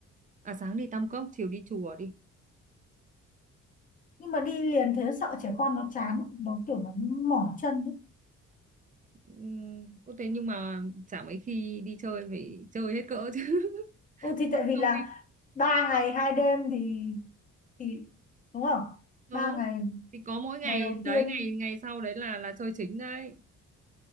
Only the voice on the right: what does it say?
à sáng đi Tam Cốc chiều đi chùa đi
ừ, có thế nhưng mà chả mấy khi đi chơi phải chơi hết cỡ chứ <laughs>
Mất
công
đi
ờ
thì có mỗi ngày
đấy
ngày ngày sau đấy là là chơi chính đấy